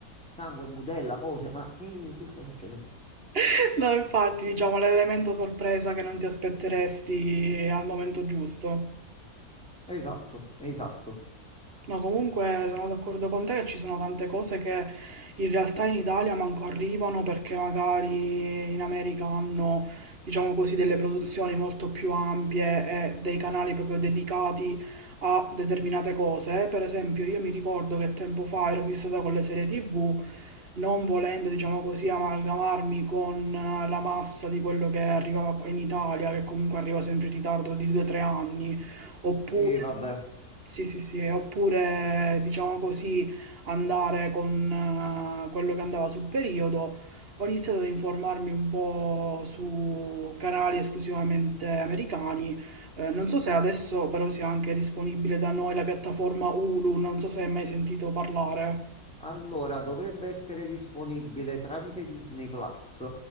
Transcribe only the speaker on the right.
<laughs> No, infatti, diciamo l'elemento sorpresa che non ti aspetteresti al momento giusto.
No, comunque sono d'accordo con te che ci sono tante cose che in realtà in Italia manco arrivano perché magari in America hanno, diciamo così, delle produzioni molto più ampie e dei canali proprio dedicati a determinate cose. Per esempio, io mi ricordo che tempo fa ero fissata con le serie TV, non volendo, diciamo così, amalgamarmi con eh, la massa di quello che arrivava qua in Italia, che comunque arriva sempre in ritardo di 2 tre anni, oppure...
Sì, sì, sì, e oppure diciamo così andare con eh, quello che andava sul periodo. Ho iniziato ad informarmi un po' su canali esclusivamente americani. Eh, non so se adesso però sia anche disponibile da noi la piattaforma Hulu, non so se hai mai sentito parlare.